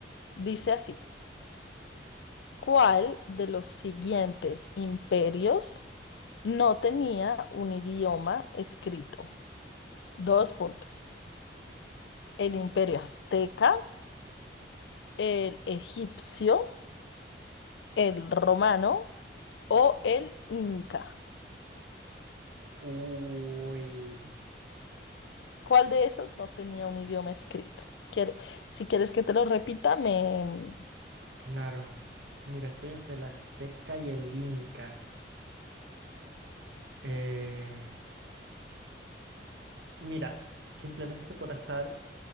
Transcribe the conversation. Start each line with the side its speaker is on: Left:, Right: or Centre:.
Left: Dice así, ¿cuál de los siguientes imperios no tenía un idioma escrito? Dos puntos. El imperio azteca, el egipcio, el romano o el inca.
Right: Uy,
Left: ¿Cuál de esos no tenía un idioma escrito? Quiere- si quieres que te lo repita, me...
Right: claro. Mira, estoy entre el Azteca y el Inca. Eh... Mira, simplemente por azar